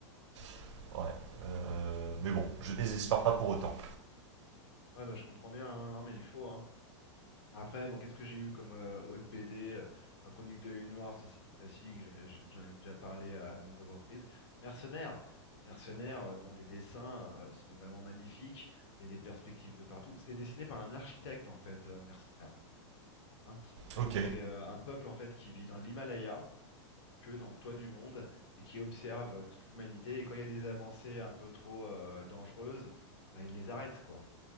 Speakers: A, on the right; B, on the left.
A: euh, ouais. Euh, mais bon, je désespère pas pour autant.
B: Ouais, bah, je comprends bien, hein. Non, mais il faut, hein. Après, moi, qu'est-ce que j'ai eu comme euh, autre BD? euh, Ma chronique de l'œil noir ça c'est du classique, j'en j'en- j'en ai déjà parlé à de nombreuses reprises. Mercenaires, Mercenaires euh, dont les dessins euh, sont vraiment magnifiques, il y a des perspectives de partout. C'est dessiné par un architecte, en fait, euh, Mercenaires. hein. Et
A: Ok.
B: donc, c'est euh, un peuple, en fait, qui vit dans l'Himalaya, que dans le toit du monde, et qui observe euh, toute l'humanité. Et quand il y a des avancées un peu trop euh, dangereuses, bah, il les arrêtent quoi.